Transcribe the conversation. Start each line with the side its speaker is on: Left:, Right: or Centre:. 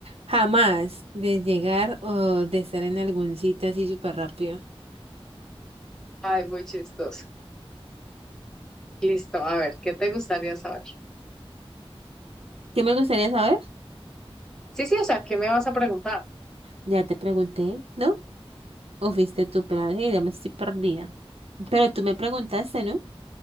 Right: jamás de llegar o de estar en algún sitio así súper rápido.
Centre: Ay, muy chistoso. Listo, a ver, ¿qué te gustaría saber?
Right: ¿Qué me gustaría saber?
Centre: Sí, sí, o sea, ¿qué me vas a preguntar?
Right: Ya te pregunté, ¿no? O fuiste tú, pero ay, ya me estoy perdida. Pero tú me preguntaste, ¿no?